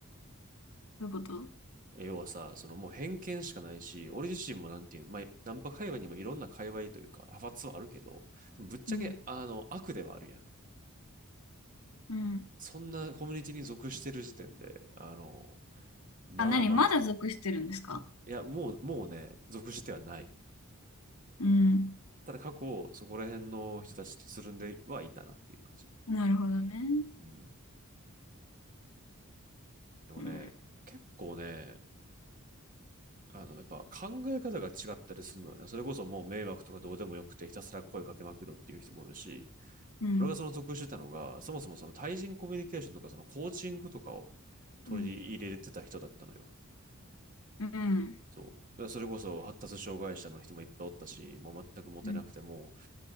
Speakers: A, on the left; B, on the right.
A: どういうこと
B: 要はさ、そのもう偏見しかないし、俺自身もなんていう、まあ、ナンパ界隈にもいろんな界隈というか、派閥はあるけど、ぶっちゃけ、
A: うん。
B: あの、悪ではあるやん。
A: うん。
B: そんなコミュニティに属してる時点で、あの、まあまあ
A: あ、何まだ属してるんですか
B: いや、もう、もうね、属してはない。
A: うん。
B: ただ過去、そこら辺の人たちとつるんではいたなっていう感じ。
A: なるほどね。
B: うん。でもね、
A: うん。
B: 結構ね、あの、やっぱ考え方が違ったりするのよね。それこそもう迷惑とかどうでもよくてひたすら声かけまくるっていう人もいるし、
A: うん。
B: 俺がその属してたのが、そもそもその対人コミュニケーションとかそのコーチングとかを取り入れてた人だったのよ。
A: うん。うん。うん。
B: そう。それこそ発達障害者の人もいっぱいおったし、もう全くモテなくてもう
A: うん。